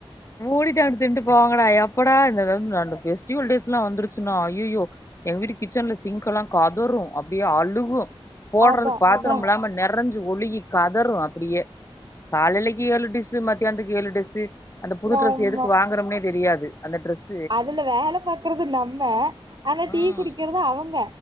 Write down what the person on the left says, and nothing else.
மூடிட்டு அங்குட்டு தின்ட்டு போங்கடா எப்படா இந்தளவுக் லாண்டு ஃபெஸ்டிவல் டேஸ்லா வந்துரு ச்சுன்னா ஐயயோ எங்க வீட்டு கிச்சன்ல சிங்க் எல்லா கதரு அப்டியே அழுகு போட்றதுக்
பாத்தரம்
இல்லாம நெறஞ்சு ஒழுகி கதரு அப்பிடியே காலைலிக்கு ஏழு டிஸ்சு மத்யான்த்துக்கு ஏழு டிஸ்சு அந்த புது ட்ரஸ்ஸு
எதுக்கு வாங்கறம்னே தெரியாது அந்த ட்ரஸ்
ம்